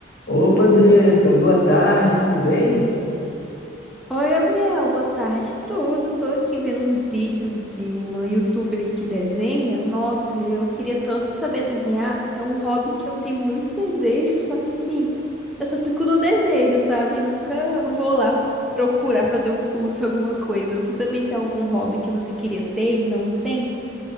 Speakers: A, on the left; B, in the centre.
A: Opa, Andressa, boa tarde, tudo bem?
B: Oi, Gabriel, boa tarde. Tudo, tô aqui vendo uns vídeos de uma youtuber que desenha. Nossa, eu queria tanto saber desenhar. É um hobby que eu tenho muito desejo, só que assim, eu só fico no desejo, sabe? Nunca vou lá procurar fazer um curso, <laughs> alguma coisa. Você também tem algum hobby que você queria ter e não tem?